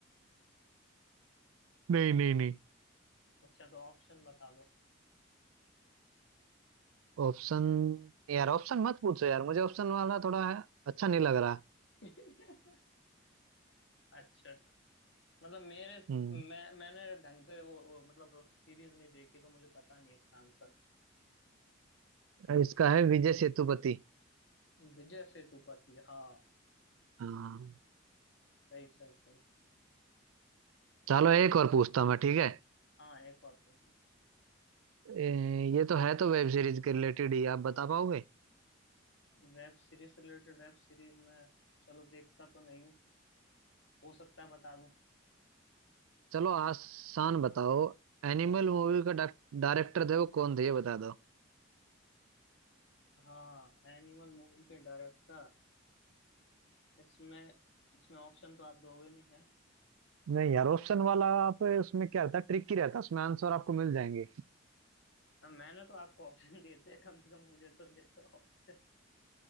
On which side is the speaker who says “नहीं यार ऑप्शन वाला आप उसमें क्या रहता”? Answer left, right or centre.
Right